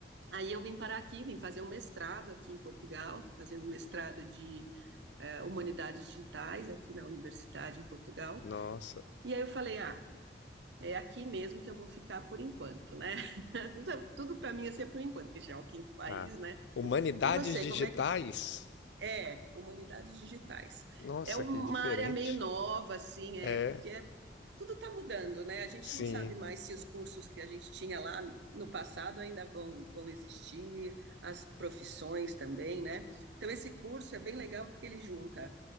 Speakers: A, on the right; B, on the left.
A: Aí eu vim parar aqui, vim fazer um mestrado aqui em Portugal, estou fazendo um mestrado de eh, humanidades digitais aqui na universidade em Portugal.
B: Nossa.
A: E aí eu falei, ah, é aqui mesmo que eu vou ficar por enquanto, né? <laughs> Tudo, tudo para mim assim é por enquanto, que já é o quinto país,
B: Ah,
A: né?
B: humanidades
A: E você,
B: digitais?
A: como é que é, humanidades digitais.
B: Nossa,
A: É uma
B: que diferente.
A: área meio nova, assim, é,
B: É,
A: porque é- tudo está mudando, né? A gente
B: sim.
A: não sabe mais se os cursos que a gente tinha lá no passado ainda vão, vão existir, as profissões também, né? Então, esse curso é bem legal porque ele junta